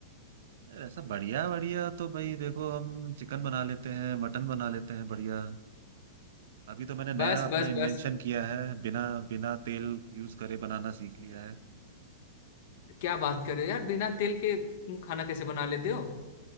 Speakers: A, on the right; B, on the left.
A: ऐसा बढ़िया बढ़िया तो भाई देखो हम चिकन बना लेते हैं मटन बना लेते हैं बढ़िया अभी तो मैंने नया
B: बस
A: अपना
B: बस
A: इन्वेंशन
B: बस
A: किया है बिना बिना तेल यूज करे बनाना सीख लिया है
B: क्या बात कर रहे हो यार बिना तेल के तुम खाना कैसे बना लेते हो